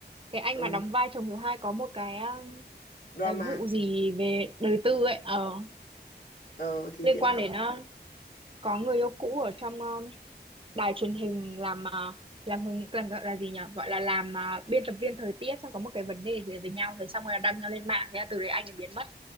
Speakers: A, on the right (about 30°); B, on the left (about 70°).
A: cái anh
B: ờ,
A: mà đóng vai chồng thứ hai có một cái um,
B: drama
A: cái vụ gì về đời tư ấy ờ
B: ờ, thì
A: liên
B: diễn
A: quan
B: viên
A: đến uh, có người yêu cũ ở trong um, đài truyền hình làm uh, làm hướng làm gọi là gì nhỉ gọi là làm uh, biên tập viên thời tiết xong có một cái vấn đề gì đấy với nhau rồi xong rồi là đăng nhau lên mạng thế là từ đấy anh ấy biến mất